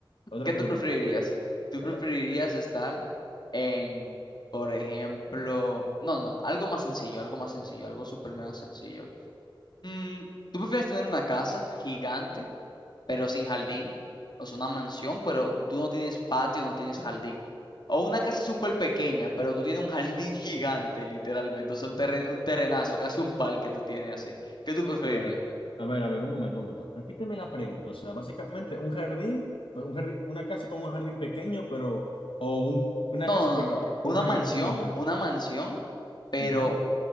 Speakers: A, on the left; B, on the left.
A: Otra
B: ¿qué
A: pregunta.
B: tú preferirías? ¿Tú
A: Dale,
B: preferirías
A: dale.
B: estar en, por ejemplo, no, no, algo más sencillo, algo más sencillo, algo súper mega sencillo. Mm, ¿tú prefieres tener una casa gigante, pero sin jardín? O sea, una mansión, pero tú no tienes patio, no tienes jardín. O una casa súper pequeña, pero tú tienes un jardín <laughs> gigante, literalmente. O sea, un terren- un terrenazo, casi un parque tú tienes así. ¿Qué tú preferirías?
A: A ver, a ver, a ver, un momento, un momento. Repíteme la pregunta. O sea, básicamente un jardín, pero un jardín, una casa con un jardín pequeño, pero, o un- una
B: No,
A: casa
B: no,
A: pequeña
B: no, no.
A: con
B: Una
A: un jardín
B: mansión,
A: grande.
B: una mansión, pero
A: Ujú,